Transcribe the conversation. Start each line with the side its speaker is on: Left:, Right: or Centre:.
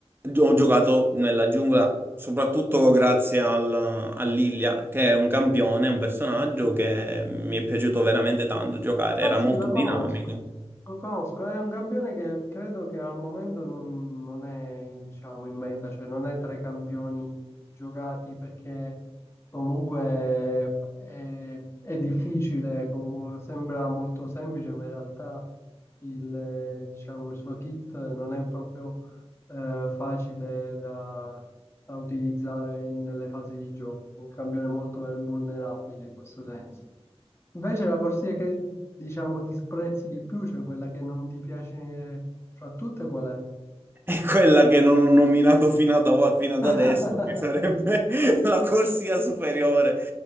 Right: ho giocato nella giungla soprattutto grazie al, a Lilia, che è un campione, un personaggio che mi è piaciuto veramente tanto giocare,
Left: Ah
Right: era
Left: sì,
Right: molto
Left: la conosco,
Right: dinamico.
Left: lo conosco, è un campione che credo che al momento non, non è, diciamo, in meta, cioè non è tra i campioni giocati perché comunque è, è difficile, comunque sembra molto semplice, ma in realtà il, eh, diciamo, il suo kit non è proprio eh, facile da, da utilizzare in- nelle fasi di gioco, è un campione molto vulnerabile in questo senso. Invece la corsia che diciamo disprezzi di più, cioè quella che non ti piace fra tutte, qual è?
Right: È quella che non ho nominato fino ad, o- fino ad
Left: <laughs>
Right: adesso, che sarebbe <laughs> la corsia superiore.